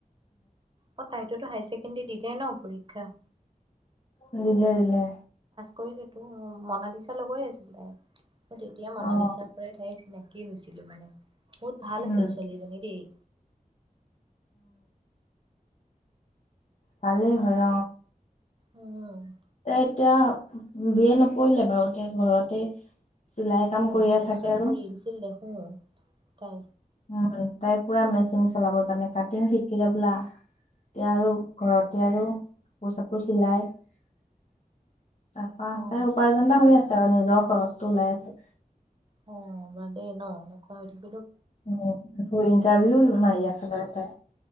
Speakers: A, on the right; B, on the left.
A: অ তাইতো হায়াৰ ছেকেণ্ডেৰী দিলে ন পৰীক্ষা
B: উ দিল দিলে
A: কলটো মনালিচা লগৰ আছিল তাই তেতিয়া মনালিচা
B: অ
A: কৰে তাই চিনাকি কি হৈছিলো মানে বহুত ভাল
B: উম
A: আছিল ছোৱালীজনী দেই
B: ভালে হয়
A: উম
B: তাই এতিয়া বি এ নপঢ়িলে বাৰু এতিয়া ঘৰতে চিলাই কাম
A: অ
B: কৰিয়ে
A: ইনষ্টাগ্ৰামৰ
B: থাকে আৰু
A: ৰিল-চিল দেখোঁ। ত
B: উ তাই পুৰা মেচিন চলাব জানে কাটিং শিকিলে বোলা এয়া আৰু ঘৰতে আৰু কাপোৰ চাপোৰ চিলায় তাৰপা,
A: অ
B: তাই উপাৰ্জন এটা হৈ আছে আৰু নিজৰ খৰচটো ওলাই আছে।
A: অ বাদেই ন। এনেকুৱা হৈ থাকি
B: উম। আকৌ ইণ্টাৰভিউ
A: লাগে
B: মাৰি আছিলে তাই।